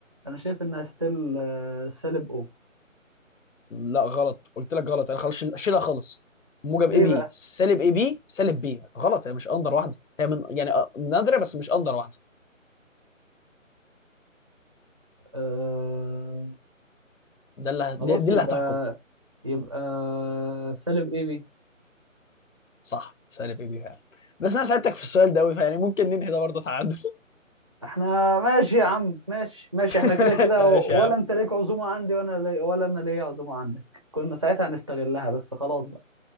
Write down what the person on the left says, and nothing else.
لا غلط قلت لك غلط انا خلاص شيل- شيلها خالص موجب
اي بي
سالب اي بي سالب بي غلط هي مش اندر واحده هي من يعني آه، نادره بس مش اندر واحده
ده اللي ه- دي
دي
اللي هتحكم
صح سالب اي بي فعلا بس انا ساعدتك في السؤال ده قوي فيعني ممكن ننهي ده برضه تعادل
<laughs>
ماشي
يا عم